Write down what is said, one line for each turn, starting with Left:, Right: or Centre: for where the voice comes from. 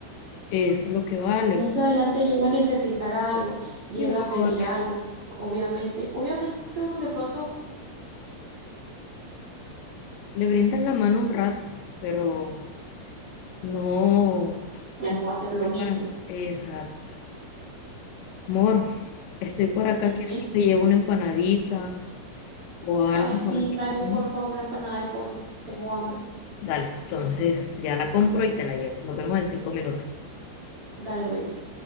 Left: es lo que vale,
Right: Más adelante llega a necesitar algo, llega
Left: y uno
Right: a pedir
Left: no va a quedar
Right: algo. Obviamente, obviamente uno de pronto
Left: Le brindan la mano un rato, pero no.
Right: ya
Left: no
Right: no va a hacer lo mismo.
Left: para- Exacto. amor, estoy por acá,
Right: Dime,
Left: ¿quieres que te lleve una empanadita o algo
Right: ay, sí,
Left: para que
Right: tráeme
Left: comas?
Right: por favor una empanada de pollo. Tengo hambre.
Left: Dale, entonces ya la compro y te la llevo. Nos vemos en cinco minutos.
Right: Dale, baby.